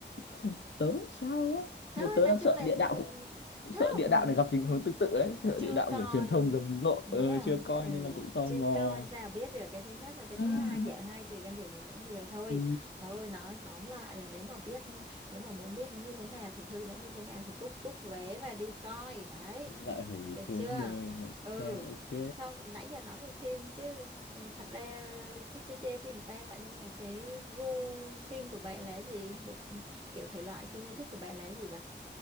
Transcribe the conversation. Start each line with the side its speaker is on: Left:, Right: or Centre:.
Left: không tới sao á
Right: thôi
Left: nên tớ
Right: nói
Left: đang
Right: chung
Left: sợ
Right: là
Left: địa
Right: ừ,
Left: đạo cũng, cũng
Right: ừ,
Left: sợ
Right: không
Left: địa đạo này gặp tình huống tương tự đấy sợ
Right: chưa
Left: địa đạo
Right: coi
Left: kiểu truyền thông rầm rộ
Right: đúng
Left: ờ,
Right: không
Left: chưa coi
Right: ừ
Left: nên là cũng tò
Right: chưa
Left: mò
Right: coi sao biết được cái thứ nhất và cái
Left: <laughs>
Right: thứ hai dở hai tùy quan điểm của mỗi người thôi
Left: Ừ.
Right: thôi nói tóm lại là nếu mà biết nếu mà muốn biết nó như thế nào thực hư nó như thế nào thì cứ book vé và đi coi đấy
Left: lại phải
Right: được
Left: tớ
Right: chưa
Left: ờ, lại
Right: ừ
Left: xem ok
Right: không nãy giờ nói về phim chứ ừ, thật ra cứ chê chê phim ta vậy nhưng mà cái gu phim của bạn là gì bộ ph- kiểu thể loại phim yêu thích của bạn là gì vậy